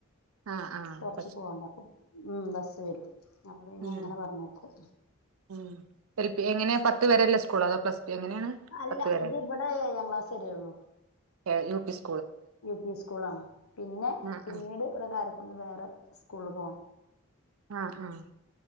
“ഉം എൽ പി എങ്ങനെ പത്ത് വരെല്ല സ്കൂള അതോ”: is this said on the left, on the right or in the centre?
Right